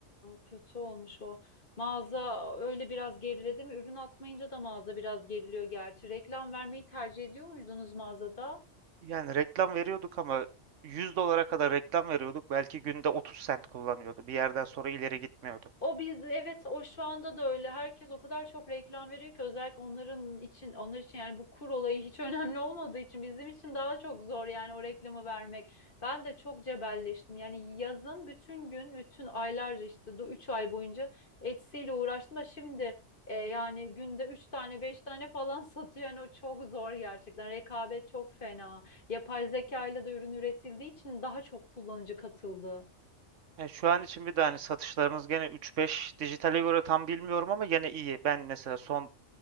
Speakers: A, on the left; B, on the right.
A: kötü olmuş o. Mağaza öyle biraz geriledi mi? Ürün atmayınca da mağaza biraz geriliyor gerçi. Reklam vermeyi tercih ediyor muydunuz mağazada?
B: Yani reklam veriyorduk ama 100 dolara kadar reklam veriyorduk. Belki günde 30 sent kullanıyordu. Bir yerden sonra ileri gitmiyordu.
A: O biz evet o şu anda da öyle. Herkes o kadar çok reklam veriyor ki özellikle onların için onlar için yani bu kur olayı hiç <laughs> önemli olmadığı için bizim için daha çok zor yani o reklamı vermek. Ben de çok cebelleştim. Yani yazın bütün gün, bütün aylarca işte 3 ay boyunca Etsy'yle uğraştım da şimdi e, yani günde 3 tane 5 tane falan <laughs> satıyor. Yani o çok zor gerçekten. Rekabet çok fena. Yapay zeka ile de ürün üretildiği için daha çok kullanıcı katıldı.
B: Yani şu an için bir de hani satışlarınız gene üç beş dijitale göre tam bilmiyorum ama gene iyi. Ben mesela son